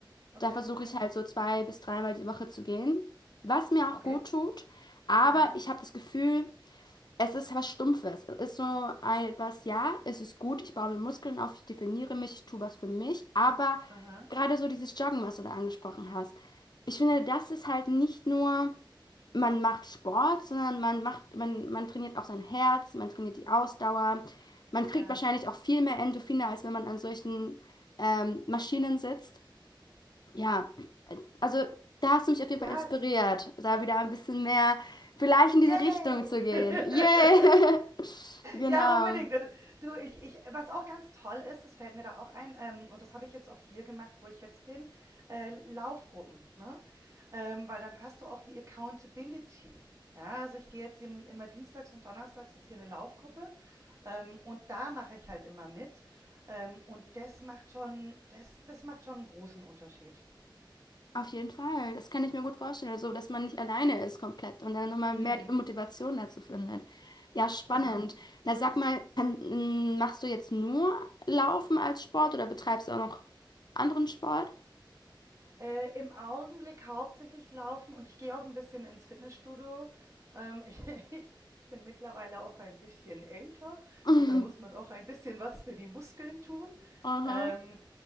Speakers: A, on the right (about 35°); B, on the left (about 55°).
A: Okay,
B: Da versuche
A: okay.
B: ich halt so zwei bis dreimal die Woche zu gehen, was mir auch
A: Okay.
B: gut tut. Aber
A: Ja.
B: ich habe das Gefühl, Es ist was Stumpfes. Es ist so ein, was, ja, es ist gut, ich baue mir Muskeln auf, ich definiere mich, ich tue was für mich, aber
A: Aha.
B: gerade so dieses Joggen, was du da angesprochen hast, ich finde, das ist halt nicht nur, man macht Sport, sondern man macht, man, man trainiert auch sein Herz, man trainiert die Ausdauer, man kriegt
A: Ja.
B: wahrscheinlich auch viel mehr Endorphine, als wenn man an solchen ähm, Maschinen sitzt. Ja, also da hast du mich auf jeden
A: Ja,
B: Fall inspiriert,
A: es,
B: da wieder ein bisschen mehr vielleicht in
A: Yay!
B: diese Richtung zu gehen.
A: <laughs>
B: Yay! <laughs> Genau.
A: Ja, unbedingt. Äh, du, ich ich was auch ganz toll ist, das fällt mir da auch ein, ähm, und das habe ich jetzt auch hier gemacht, wo ich jetzt bin, äh, Laufgruppen, ne? Ähm, weil dann hast du auch die Accountability. Ja, also ich gehe jetzt im immer dienstags und donnerstags ist hier eine Laufgruppe, ähm, und da mache ich halt immer mit. Ähm, und das macht schon das das macht schon einen großen Unterschied.
B: Auf jeden Fall. Das kann ich mir gut vorstellen. Also, dass man nicht alleine ist komplett und dann nochmal
A: Mhm,
B: mehr die Motivation dazu findet. Ja, spannend.
A: genau.
B: Na, sag mal, kann, m, machst du jetzt nur Laufen als Sport oder betreibst du auch noch anderen Sport?
A: Äh, im Augenblick hauptsächlich laufen und ich gehe auch ein bisschen ins Fitnessstudio. Ähm, <laughs> ich ich ich bin mittlerweile auch ein bisschen älter
B: <laughs> Mhm.
A: und da muss man auch ein bisschen was für die Muskeln tun.
B: Aha.
A: Ähm,